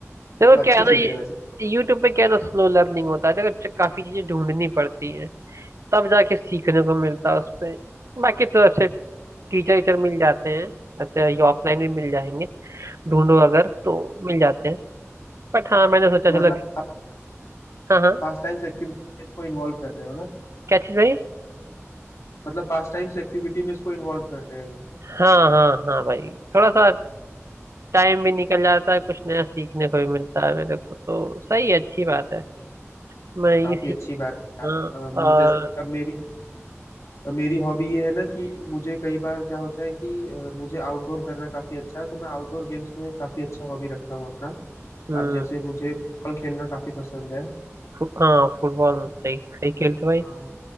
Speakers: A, on the right; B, on the left.
A: देखो
B: तो अच्छी
A: क्या है
B: चीज
A: ना
B: है वैसे
A: यूट्यूब पे क्या है ना स्लो लर्निंग होता है देखो काफी चीजें ढूंढनी पड़ती है तब जाके सीखने को मिलता है उस पे बाकी तो अच्छे टीचर टीचर मिल जाते हैं अच्छा ये ऑफलाइन भी मिल जाएंगे ढूंढो अगर तो मिल जाते हैं बट हाँ मैंने सोचा
B: मतलब
A: चलो
B: आप
A: हाँ हाँ
B: पास टाइम्स एक्टिविटी में इसको इन्वॉल्व कर रहे हो ना
A: क्या चीज भाई
B: मतलब पास टाइम्स एक्टिविटी में इसको इन्वॉल्व कर रहे हो
A: हाँ हाँ हाँ भाई थोड़ा सा टाइम भी निकल जाता है कुछ नया सीखने को भी मिलता है मेरे को तो सही है अच्छी बात है
B: Yeah.
A: मैं ये
B: काफी
A: सीख
B: अच्छी बात है
A: हाँ
B: यार अम,
A: और
B: जैसे अब मेरी मेरी हॉबी ये है ना कि मुझे कई बार क्या होता है कि अ, मुझे आउटडोर करना काफी अच्छा है तो मैं आउटडोर गेम्स में काफी अच्छा हॉबी रखता हूँ अपना
A: हम्म
B: अब जैसे मुझे फुटबॉल खेलना काफी पसंद है
A: फु, हाँ फुटबॉल सही सही खेलते भाई
B: हाँ